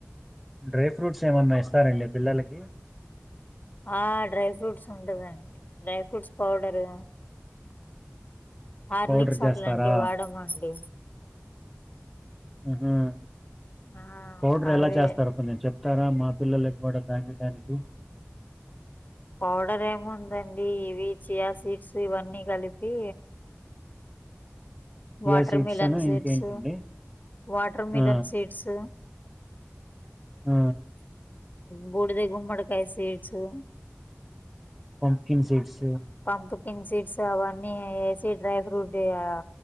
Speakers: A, in the centre; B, on the left.
A: డ్రై ఫ్రూట్స్ ఏమన్నా ఇస్తారండి పిల్లలకి
B: ఆ డ్రై ఫ్రూట్స్ ఉండదండి dry fruits powder Horlicks
A: powder చేస్తారా?
B: అట్లా అంటి వాడమ అండి
A: ఆహా!
B: ఆ
A: పౌడర్ ఎలా
B: అదే
A: చేస్తారో కొంచెం చెప్తారా? మా పిల్లలకి గూడా తాగేయడానికి.
B: పౌడర్ ఏముందండి ఇవి చియా సీడ్స్ ఇవన్నీ కలిపి
A: చియా
B: వాటర్
A: సీడ్స్
B: మిలన్
A: అను
B: సీడ్స్
A: ఇంకేంటండి?
B: వాటర్ మిలన్
A: ఆ!
B: సీడ్స్
A: ఆ
B: బూడద గుమ్మడుకాయ seeds
A: pumpkin seeds
B: pumpkin seeds అవన్నీ ఏసి డ్రై ఫ్రూట్ ఇగా